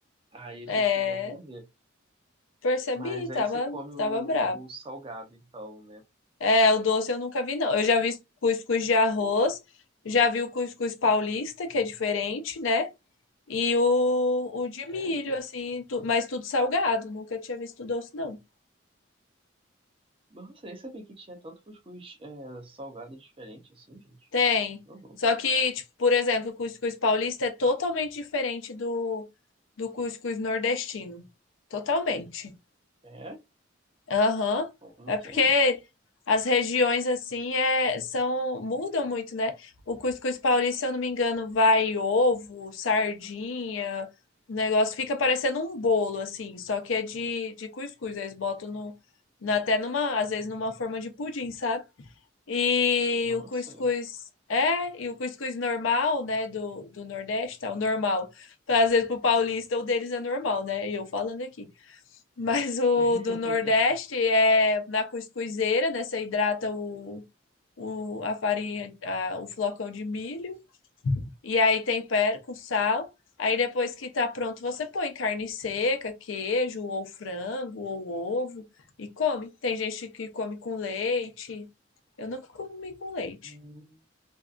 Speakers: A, on the right; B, on the left.
A: Aí eu
B: é,
A: tive que devolver,
B: percebi,
A: mas
B: tava,
A: aí você come o,
B: tava bravo.
A: o salgado, então, né,
B: É, o doce eu nunca vi, não. Eu já vi cuscuz de arroz, já vi o cuscuz paulista, que é diferente, né? E o, o de
A: é,
B: milho, assim, tu- mas tudo salgado. Nunca tinha visto doce, não.
A: nossa, nem sabia que tinha tanto cuscuz é, salgado diferente, assim, gente,
B: Tem.
A: não vou,
B: Só que, tipo, por exemplo, o cuscuz paulista é totalmente diferente do, do cuscuz nordestino. Totalmente.
A: é,
B: Aham.
A: como
B: É
A: que
B: porque
A: é?
B: as regiões assim é, são mudam muito, né? O cuscuz paulista, se eu não me engano, vai ovo, sardinha, o negócio fica parecendo um bolo assim, só que é de, de cuscuz, eles botam no, na- até numa, às vezes numa forma de pudim, sabe? E
A: Nossa,
B: o cuscuz é, e o cuscuz normal, né, do, do Nordeste, tá? O normal. Às vezes pro paulista o deles é normal, né? E eu falando aqui. Mas o
A: <laughs>
B: do Nordeste é na cuscuzeira, né? Você hidrata o, o, a farinha, a- o flocão de milho. E aí tempera com sal. Aí depois que tá pronto, você põe carne seca, queijo, ou frango, ou ovo. E come. Tem gente que come com leite. Eu nunca comi com leite.
A: Hum,